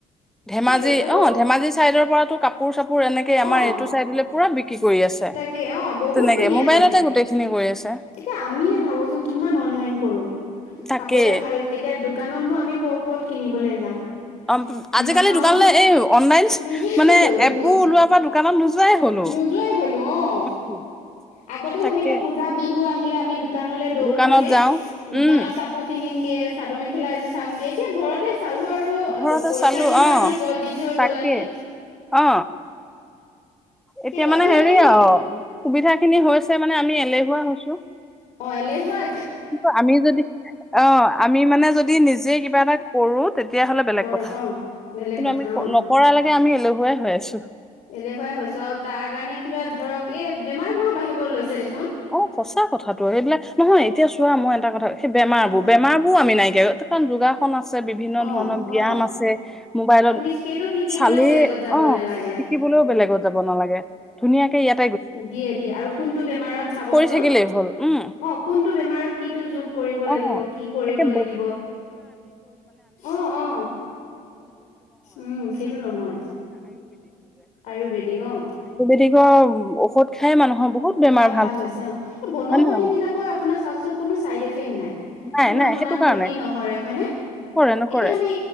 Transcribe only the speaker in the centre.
ধেমাজি
অ ধেমাজি চাইদৰ পৰাতটো কাপোৰ চাপোৰ এনেকে আমাৰ
এইটো চাইডলে পুৰা বিক কি কৰি আছে
তেনেকে
মোবাইলতে
গোটেই খিনি কৰি আছে
তাকেই
অ
আজিকালি
দোকানলৈ এই অনলাইন
মানে
এপবোৰ ওলোৱাৰ পৰা দোকানত নোযোৱাই হ'লো
উম
তাকে
দোকানত
যাওঁ
উম
ঘৰতে
চালো
অ
তাকে
অ
এতিয়া মানে
হেৰি
আৰু সুবিধা খিনি হৈছে মানে আমি এলেহুৱা হৈছো
কিন্তু আমি যদি অ আমি মানে যদি নিজ যে কিবা এটা কৰো তেতিয়াহ'লে বেলেগ
কথা
কিন্তু
আমি
নকৰালৈকে আমি এলেহুৱাই হৈ আছো
অ সঁচা কথাটো সেইবিলাক নহয় এতিয়া চোৱা মই এটা কথা স বেমাৰ
বোৰ, বেমাৰ বোৰ আমি নাইা গহত যোগাসন আছে বিভিন্ন
ধৰণৰ ব্যায়াম
আছে মোবাইলত
চালেই
অ
শিকিবলৈও বেলেগত যাব নালাগে ধুনীয়াকে ইয়াত
কৰি থাকিলে হল হম।
অঁ
তাকে
তিক ঔষধ খাই মানুহৰ বহুত বহু বেমাৰ
হয়
নে নহয়
নাই
নাই
সেইটো
কাৰণে
কৰে নকৰে